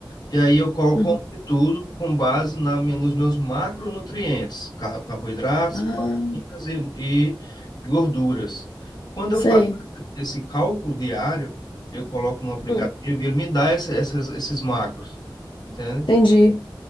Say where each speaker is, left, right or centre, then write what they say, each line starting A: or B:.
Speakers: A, on the left; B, on the left.
A: E aí eu co-
B: Uhum.
A: como de tudo com base na minha, nos meus macronutrientes, car- carboidratos,
B: Ah,
A: proteínas e, e gorduras. Quando
B: sei.
A: eu faço esse cálculo diário, eu coloco no aplicativo
B: Hum.
A: e ele me dá esse, essas- esses macros, entende?
B: Entendi.